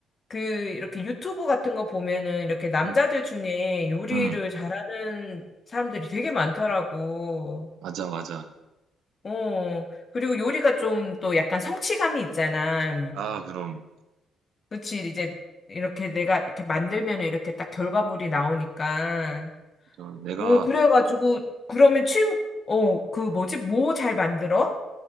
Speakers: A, on the left; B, on the right.
A: 그 이렇게 유튜브 같은 거 보면은 이렇게 남자들
B: 음,
A: 중에 요리를
B: 음, 음,
A: 잘하는 사람들이 되게 많더라고.
B: 맞아 맞아.
A: 어. 그리고 요리가 좀 또 약간 성취감이 있잖아.
B: 아 그럼
A: 그치, 이제 이렇게 내가 이렇게 만들면 이렇게 딱 결과물이 나오니까.
B: 저 내가
A: 어, 그래가지고, 그러면 침, 어, 그 뭐지? 뭐 잘 만들어?